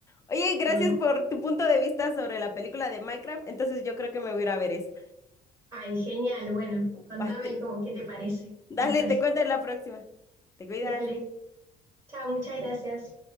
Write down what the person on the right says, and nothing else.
demasiado.
Ay, genial. Bueno, contame
cómo, qué te parece
después.
Dale. Chao, muchas gracias.